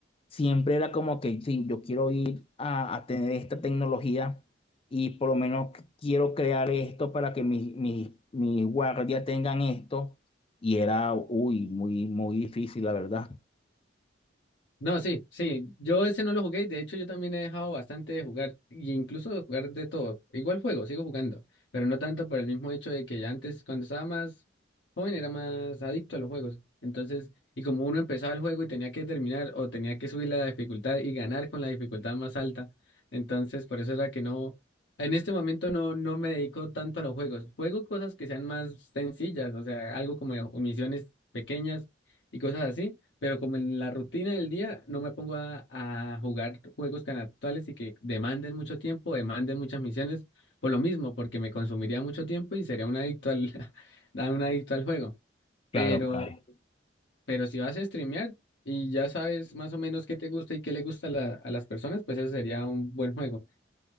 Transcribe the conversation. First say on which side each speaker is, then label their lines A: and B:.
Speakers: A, on the left (about 30°); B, on the left (about 75°).
A: Siempre era como que, sí, yo quiero ir a, a tener esta tecnología y por lo menos qu- quiero crear esto para que mis, mis, mis guardias tengan esto. Y era, uy, muy, muy difícil, la verdad.
B: No, sí, sí, yo ese no lo jugué, y de hecho yo también he dejado bastante de jugar, y incluso de jugar de todo, igual juego, sigo jugando, pero no tanto por el mismo hecho de que ya antes, cuando estaba más joven, era más adicto a los juegos, entonces, y como uno empezaba el juego y tenía que terminar, o tenía que subir la dificultad y ganar con la dificultad más alta, entonces por eso era que no, en este momento no, no me dedico tanto a los juegos, juego cosas que sean más sencillas, o sea, algo como misiones pequeñas y cosas así pero como en la rutina del día no me pongo a, a jugar juegos tan actuales y que demanden mucho tiempo, demanden muchas misiones, por lo mismo, porque me consumiría mucho tiempo y sería un adicto al, <laughs> a un adicto al juego.
A: Claro,
B: Pero,
A: claro.
B: pero si vas a streamear y ya sabes más o menos qué te gusta y qué le gusta a, la- a las personas, pues eso sería un buen juego.